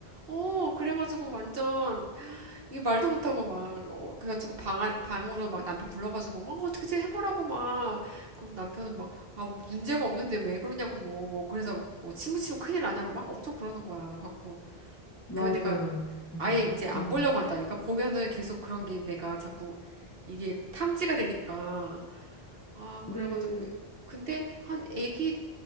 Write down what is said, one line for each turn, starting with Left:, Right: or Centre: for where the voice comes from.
Right: 어, 그래가지고 완전, 이게 말도 못하고 막, 어, 그래가지고 방, 안- 방으로 막 남편 불러가지고, 막, 어, 어떻게 좀 해보라고 막. 그럼 남편은 막, 아, 문제가 없는데 왜 그러냐고 뭐, 뭐, 그래서 뭐, 침무치면 큰일 나냐고 막 엄청 그러는 거야. 갖고.
Left: 맞아요.
Right: 그래서 내가
Left: 맞아.
Right: 아예 이제 안
Left: 음.
Right: 보려고 한다니까? 보면은 계속 그런 게 내가 자꾸 이게 탐지가 되니까. 아,
Left: 네.
Right: 그래가지고. 근데 한 애기